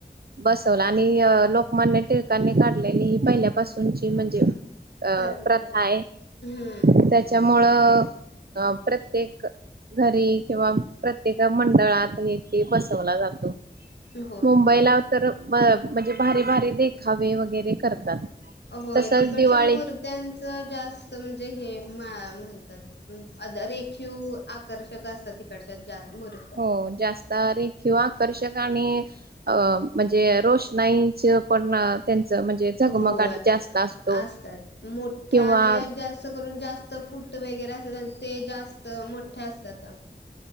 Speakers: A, on the right (about 60°); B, on the left (about 75°).
A: बसवला आणि लोकमान्य टिळकांनी काढलेली ही पहिल्यापासूनची म्हणजे अ
B: परंपरा
A: प्रथा आहे
B: हम्म
A: त्याच्यामुळं अ प्रत्येक घरी किंवा प्रत्येक मंडळात हे ते बसवला जातो
B: होय
A: मुंबईला तर म्हणजे भारी भारी देखावे वगैरे करतात
B: होय
A: तसच
B: तिकडच्या
A: दिवाळीत
B: मूर्त्यांचं जास्त म्हणजे हे म्हणतात ् अ रेखीव आकर्षक असतात तिकडच्या ज मुर
A: हो जास्तारी किंवा आकर्षक आणि म्हणजे रोषणाईच पण त्यांचं म्हणजे झगमगाट
B: होय
A: जास्त असतो.
B: असतात मोठ्या
A: किंवा
B: आणि जास्त असं करून जास्त फूट वगैरे असतात ते जास्त मोठे असतात